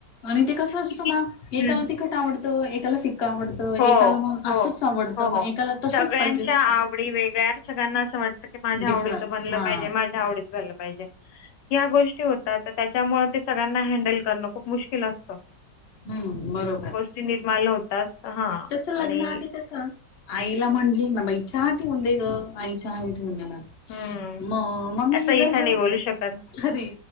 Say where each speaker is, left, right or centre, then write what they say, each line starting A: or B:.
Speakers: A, on the left (about 50°); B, on the left (about 80°).
A: आणि ते कसं असतं
B: की
A: ना एकाला तिखट आवडतं एकाला फिक्का आवडतं. एकाला
B: हो
A: मग
B: हो
A: असंच आवडतं
B: हो
A: मग एकाला तसच
B: सगळ्यांच्या
A: पाहिजे असतं
B: आवडी वेगळ्या सगळ्यांना असं वाटत. माझ्या
A: डिफरंट
B: आवडीचं बनलं
A: हा
B: पाहिजे माझ्या आवडीत झालं. या गोष्टी होतात तर त्याच्यामुळे, ते सगळ्यांना हँडल करणं खूप मुश्किल असतं.
A: हम्म बरोबर.
B: निर्माल होतात. हां
A: जस लग्न
B: आणि
A: आली तस. आईला म्हंटले ना बाई चहा ठेवून दे ग आई चहा ठेवून दे ना.
B: हं.
A: मग मगमी
B: असं
A: हे
B: इथं
A: कर ग
B: नाही बोलू शकत.
A: खरी